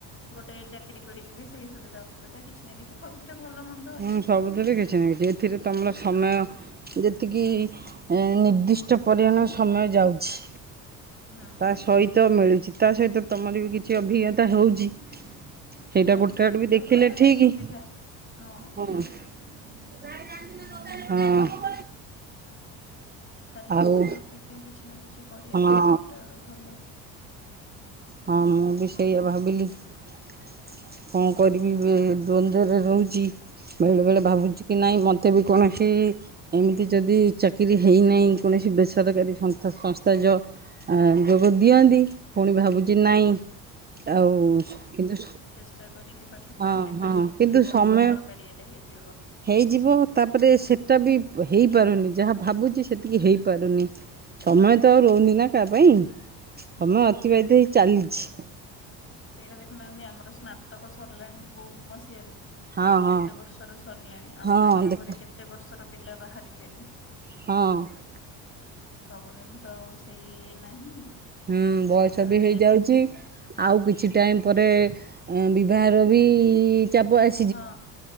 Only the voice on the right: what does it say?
ହୁଁ
ସବୁଥିରେ
କିଛି ନା କିଛି ଏଥିରେ ତମର ସମୟ ଯେତିକି ନିର୍ଦ୍ଦିଷ୍ଟ ପରିମାଣ ସମୟ ଯାଉଛି।
ତା ସହିତ ମିଳୁଛି, ତା ସହିତ ତମର ବି କିଛି ଅଭିଜ୍ଞତା ହଉଛି। ସେଇଟା
ଗୋଟେ ଆଡୁ ବି ଦେଖିଲେ
ଠିକ।
ହଁ ହଁ।
ଆଉ
ହଁ
ହଁ ମୁଁ ବି ସେଇଆ ଭାବିଲି। କଣ କରିବି ଏ ଦ୍ୱନ୍ଦରେ ରହୁଛି। ବେଳେ ବେଳେ ଭାବୁଛି କି ନାଇଁ ମତେ ବି କୌଣସି ଏମିତି ଯଦି ଚାକିରୀ ହେଇନାହିଁ କୌଣସି ବେସରକାରୀ ସଂସ୍ଥା ଯ ଆ ଯୋଗ ଦିଅନ୍ତି ପୁଣି ଭାବୁଛି ନାଇଁ ଆଉ କିନ୍ତୁ
ହଁ ହଁ
କିନ୍ତୁ
ସମୟ
ହେଇଯିବ ତାପରେ ସେଇଟା ବି ହେଇପାରୁନି ଯାହା ଭାବୁଛି ସେତିକି ହେଇପାରୁନି। ସମୟ ତ ଆଉ ରହୁନି ନା କା ପାଇଁ ସମୟ
ଅତିବାହିତ ହେଇ ଚାଲିଛି।
ହଁ ହଁ
ହଁ
ଦେଖ
ହଁ।
ହୁଁ ବୟସ
ବି ହେଇଯାଉଚି।
ଆଉ କିଛି ଟାଇମ୍ ପରେ ଉଁ ବିବାହର ବି ଚାପ ଆସ୍